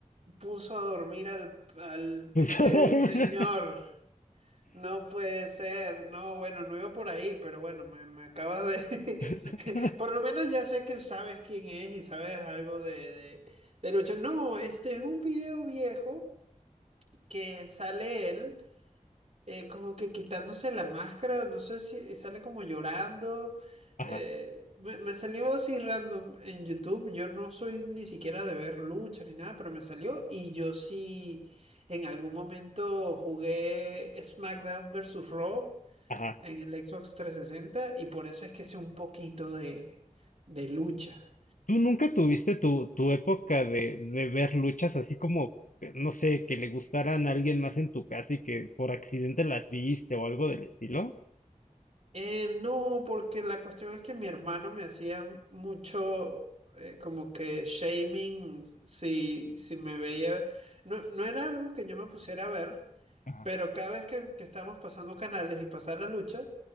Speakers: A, on the right (about 55°); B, on the left (about 80°).
A: Puso a dormir al, al
B: <laughs> Pues,
A: <laughs> el señor. No puede ser. No, bueno, no iba por ahí, pero bueno, me, me acabas de...
B: <laughs>
A: <laughs> Por lo menos ya sé que sabes quién es y sabes algo de, de, de lucha. No, este es un video viejo que sale él. eh, como que quitándose la máscara, no sé si eh, sale como llorando.
B: Ajá,
A: eh, me, me salió así random en YouTube. Yo no soy ni siquiera de ver lucha ni nada, pero me salió. Y yo sí en algún momento jugué SmackDown versus Raw
B: ajá.
A: en el Xbox 360 y por eso es que sé un poquito de, de lucha.
B: ¿Tú nunca tuviste tu, tu época de, de ver luchas así como, eh, no sé, que le gustaran a alguien más en tu casa y que por accidente las viste o algo del estilo?
A: Eh, no, porque la cuestión es que mi hermano me hacía mucho eh, como que shaming si, si me veía. No, no era algo que yo me pusiera a ver,
B: Ajá.
A: pero cada vez que, que estábamos pasando canales y pasaba la lucha,